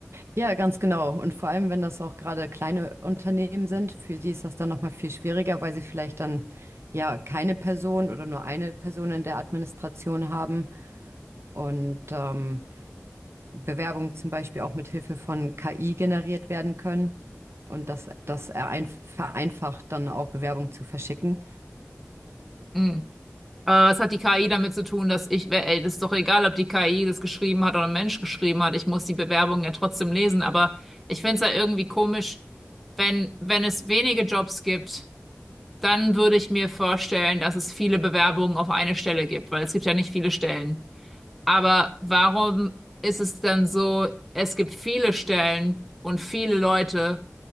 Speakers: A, on the right (about 60°); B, in the centre.
A: Ja, ganz genau. Und vor allem, wenn das auch gerade kleine Unternehmen sind, für die ist das dann nochmal viel schwieriger, weil sie vielleicht dann ja keine Person oder nur eine Person in der Administration haben und ähm, Bewerbungen zum Beispiel auch mit Hilfe von KI generiert werden können. Und das, das erein- vereinfacht dann auch Bewerbungen zu verschicken.
B: Hm. Aber was hat die KI damit zu tun, dass ich, ey, das ist doch egal, ob die KI das geschrieben hat oder ein Mensch geschrieben hat, ich muss die Bewerbungen ja trotzdem lesen, aber ich finde es ja irgendwie komisch, wenn, wenn es wenige Jobs gibt, dann würde ich mir vorstellen, dass es viele Bewerbungen auf eine Stelle gibt, weil es gibt ja nicht viele Stellen. Aber warum ist es dann so, es gibt viele Stellen und viele Leute